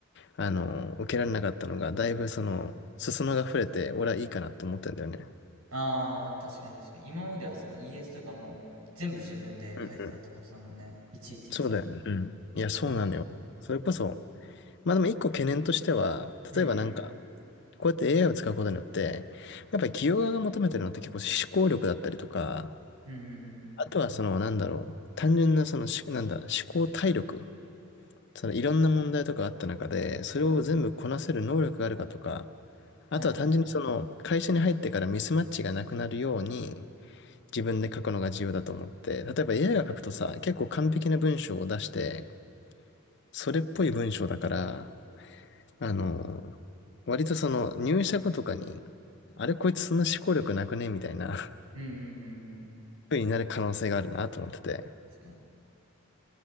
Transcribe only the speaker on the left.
あの、受けられなかったのが、だいぶその、裾野が触れて、俺はいいかなと思ったんだよね。
うんうん。
そうだよね。うん。いや、そうなのよ。
それこそ、まあでも一個懸念としては、
例えばなんか、こうやって AI を使うことによって、やっぱり企業側が求めてるのって結構思考力だったりとか、
あとはその、なんだろう、単純なそのし、なんだ、思考体力。そのいろんな問題とかあった中で、それを全部こなせる能力があるかとか、あとは単純にその会社に入ってからミスマッチがなくなるように
自分で書くのが重要だと思って、例えば AI が書くとさ、結構完璧な文章を出して、それっぽい文章だから、あの、割とその入社後とかに、あれこいつそんな思考力なくねみたいな <laughs>
風になる可能性があるなと思ってて、